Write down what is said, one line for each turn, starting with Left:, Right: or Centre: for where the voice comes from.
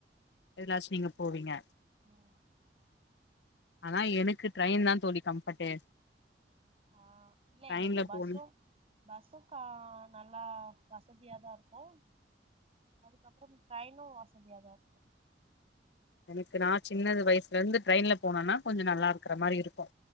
Left: எதுலாச் நீங்க போவீங்க
Right: ம்
Left: ஆனா எனக்கு ட்ரையின் தா தோழி கம்ஃபர்ட்டு
Right: ஆ இல்ல
Left: ட்ரெயின்ல
Right: என்னக்கு பஸும்
Left: போணு
Right: பஸுக்கா நல்லா வசதியாதா இருக்கு அதுகபறம் ட்ரைனு வசதியா தா இருக்கு
Left: எனக்கு நா சின்னது வயசுலருந்து ட்ரெயின்ல போனனா கொஞ்ச நல்லாருக்ற மாரி இருக்கு